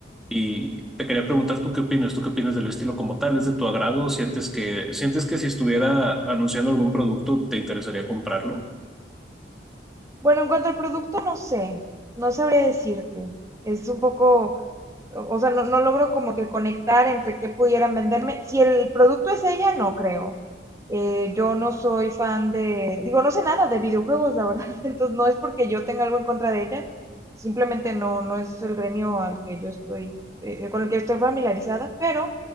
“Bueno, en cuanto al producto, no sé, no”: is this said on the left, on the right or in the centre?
Right